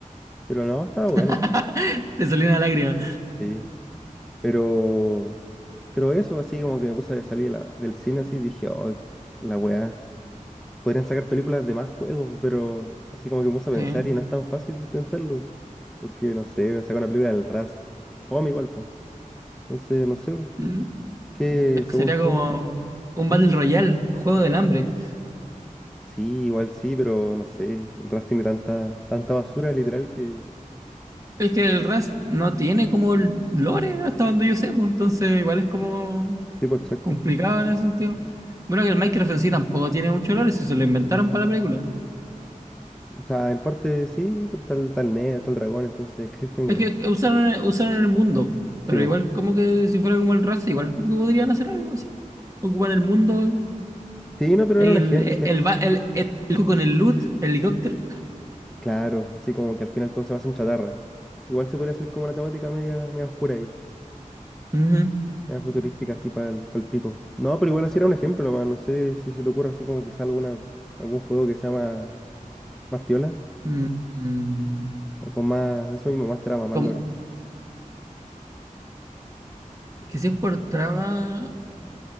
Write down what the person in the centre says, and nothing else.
pero no, estaba buena,
sí. Pero, pero eso, así como que me puse a salir de la- del cine así, dije, oh, la weá, podrían sacar películas de más juegos, pero así como que me puse a pensar
y no es tan fácil pensarlo, porque no sé, sacar una película del Rust, fome igual, pues. Entonces, no sé,
¿qué
según
tú?
¿Mm?
Sí, igual sí, pero no sé, el Rust tiene tanta, tanta basura literal que...
Sí, pues exacto.
O sea, en parte sí, pero tal, tal Ned, tal Dragón, entonces existen,
weá.
Sí,
pues.
Sí, no, pero
era un
ejemplo.
Claro, así como que al final todo se basa en chatarra. Igual se podría hacer como una temática media, media oscura ahí,
media futurística así para el, pico. No, pero igual así era un ejemplo nomás, no sé si se te ocurre así como quizá alguna, algún juego que sea más, más piola
o con más, eso mismo, más trama, más
lore.